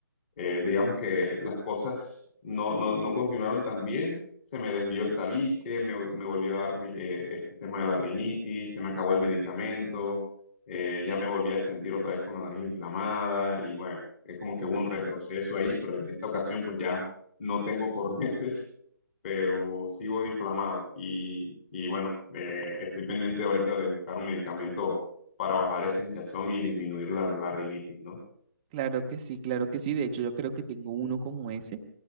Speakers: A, on the left (about 30°); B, on the right (about 20°).
A: eh, digamos que las cosas no, no, no continuaron tan bien, se me desvió el tabique, me, me volvió a dar ri- eh, este tema de la rinitis, se me acabó el medicamento, eh, ya me volví a sentir otra vez con la nariz inflamada y bueno, es como que hubo un retroceso ahí, pero en esta ocasión pues ya no tengo cornetes, <laughs> pero sigo inflamado y, y bueno, eh, estoy pendiente ahorita de buscar un medicamento para bajar ese hinchazón y disminuir la, la rinitis, ¿no?
B: Claro que sí, claro que sí. De hecho, yo creo que tengo uno como ese.